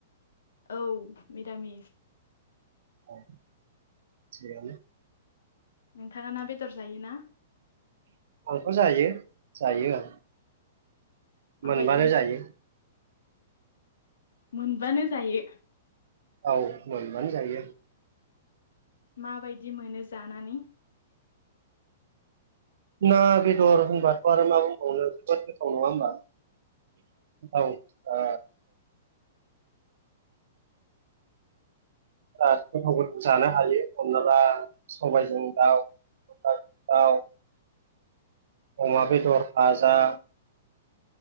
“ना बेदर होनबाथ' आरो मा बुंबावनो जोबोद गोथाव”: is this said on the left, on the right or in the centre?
Right